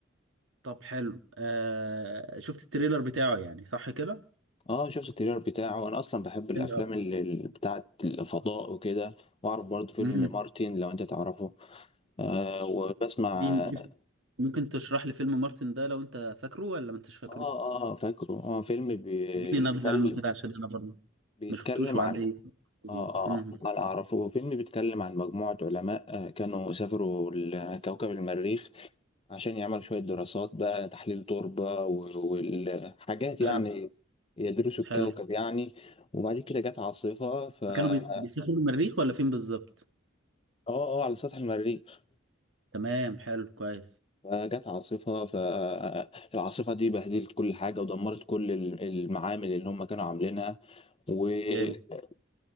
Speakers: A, on the right; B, on the left.
A: طب حلو آه... شفت التريلر بتاعه يعني صح كده
B: اه شفت التريلر بتاعه انا اصلا بحب الافلام
A: حلو أوي.
B: اللي اللي بتاعت الفضاء وكده واعرف برضه فيلم
A: مم.
B: مارتن لو انت تعرفه آه وبسمع
A: بين-
B: اه
A: ممكن تشرح لي فيلم مارتن ده لو انت فاكره ولا ما انتش فاكره
B: اه آه، فاكره اه فيلم بيتكلم
A: اديني نبذة عنه كده عشان انا برضه
B: بيتكلم
A: ما شفتوش وعندي
B: عن
A: يعني.
B: اه اه
A: مم.
B: انا اعرفه فيلم بيتكلم عن مجموعة علماء آه كانوا سافروا لكوكب المريخ عشان يعملوا شوية دراسات بقى تحليل تربة و- والحاجات يعني
A: حلو
B: يدرسوا الكوكب
A: حلو
B: يعني وبعد كده جت عاصفة ف اه
A: كانوا بي- بيسافروا المريخ ولا فين بالظبط
B: اه على سطح المريخ
A: تمام حلو كويس
B: فجت عاصفة فالعاصفة دي بهدلت كل حاجة ودمرت كل ال- المعامل اللي هم كانوا عاملينها وخلت
A: جامد